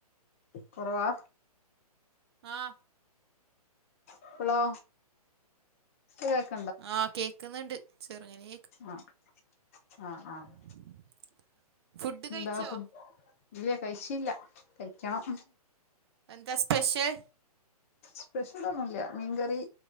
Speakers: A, on the left; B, on the right.
A: കുറവാ
B: ആഹ്
A: ഇപ്പളോ ഇപ്പൊ കേ
B: ആഹ് കേൾക്കുന്നുണ്ട് ചെറുങ്ങനെ
A: ആഹ് ആഹ് ആഹ്
B: <unintelligible> ഫുഡ് കഴിച്ചോ
A: എന്താ ഫുഡ് ഇല്ല കഴിച്ചില്ല കഴിക്കണം
B: എന്താ സ്പെഷ്യൽ
A: സ്പെഷ്യൽ ഒന്നുംല്ല മീൻകറി